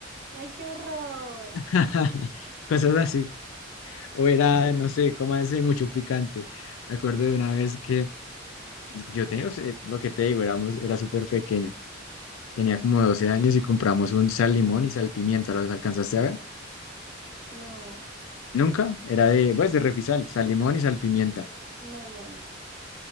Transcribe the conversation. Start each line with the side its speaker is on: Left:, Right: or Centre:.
Right: ¡Ay, qué horror!
Left: <laughs> Cosas así. O era, no sé, ese mucho picante. Me acuerdo de una vez que yo tenía, o sea, lo que te digo, éramos, era súper pequeño. Tenía como 12 años y compramos un sal limón y sal pimienta. ¿Los alcanzaste a ver?
Right: No,
Left: Nunca. Era de, pues, de Refisal, sal limón y sal pimienta.
Right: no, no, no.